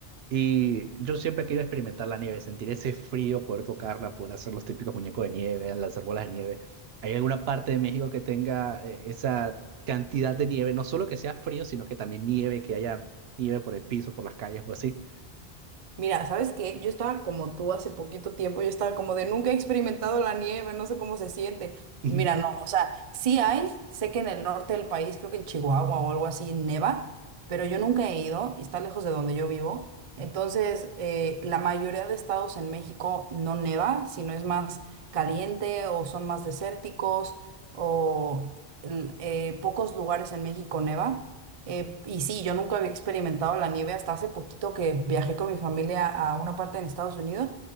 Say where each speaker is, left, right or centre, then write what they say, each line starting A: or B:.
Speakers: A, on the right; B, on the right.
A: Y yo siempre quiero experimentar la nieve, sentir ese frío, poder tocarla, poder hacer los típicos muñecos de nieve, lanzar bolas de nieve. ¿Hay alguna parte de México que tenga eh, esa cantidad de nieve? No solo que sea frío, sino que también nieve, que haya nieve por el piso, por las calles o así.
B: Mira, ¿sabes qué? Yo estaba como tú hace poquito tiempo, yo estaba como de nunca he experimentado la nieve, no sé cómo se siente.
A: <laughs> Ujú,
B: Y Mira, no, o sea, sí hay, sé que en el norte del país, creo que en Chihuahua o algo así, neva, pero yo nunca he ido y está lejos de donde yo vivo. Entonces, eh, la mayoría de estados en México no neva, sino es más caliente o son más desérticos o el- eh, pocos lugares en México neva. Eh, y sí, yo nunca había experimentado la nieve hasta hace poquito que viajé con mi familia a una parte en Estados Unidos,